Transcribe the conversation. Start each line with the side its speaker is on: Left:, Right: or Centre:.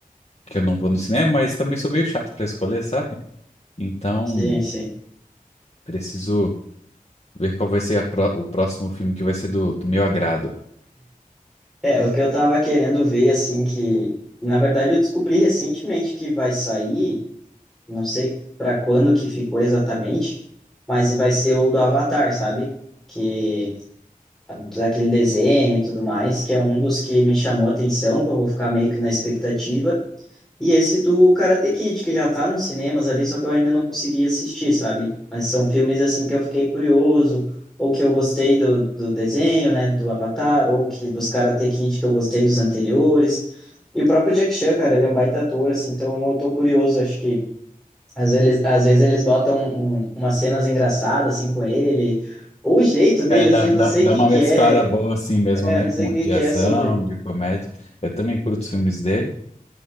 Left: que eu não vou no cinema, mas também sou meio chato pra escolher, sabe? Então,
Centre: Sim, sim.
Left: preciso ver qual vai ser a pró- o próximo filme que vai ser do, do meu agrado.
Centre: É, o que eu tava querendo ver, assim, que. Na verdade, eu descobri recentemente que vai sair. Não sei para quando que ficou exatamente, mas vai ser o do Avatar, sabe? Que daquele desenho e tudo mais, que é um dos que me chamou a atenção, que eu vou ficar meio que na expectativa. E esse do Karate Kid, que já tá nos cinemas ali, só que eu ainda não consegui assistir, sabe? Mas são filmes assim que eu fiquei curioso, ou que eu gostei do, do desenho, né, do Avatar, ou que dos Karate Kid que eu gostei dos anteriores. E o próprio Jack Chan, cara, ele é um baita ator, assim, então eu tô curioso, acho que às vezes, às vezes eles botam um- umas cenas engraçadas assim com ele, ou o jeito dele
Left: É, dá,
Centre: assim, eu
Left: dá,
Centre: não sei
Left: dá
Centre: o que
Left: uma
Centre: que
Left: mesclada
Centre: é,
Left: boa assim mesmo,
Centre: é,
Left: né?
Centre: não
Left: Com,
Centre: sei o que
Left: de
Centre: que
Left: ação,
Centre: é sobre.
Left: de comédia. Eu também curto os filmes dele.